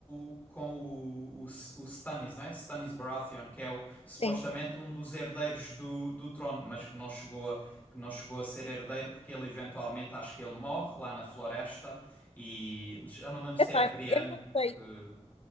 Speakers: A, on the left; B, on the left.
A: o, com o, o, o Stannis, né? Stannis Baratheon, que é o, supostamente
B: Sim.
A: um dos herdeiros do, do trono, mas que não chegou a, que não chegou a ser herdeiro porque ele eventualmente, acho que ele morre lá na floresta e já não me lembro se
B: Epá,
A: é a Brienne
B: eu não sei.
A: que...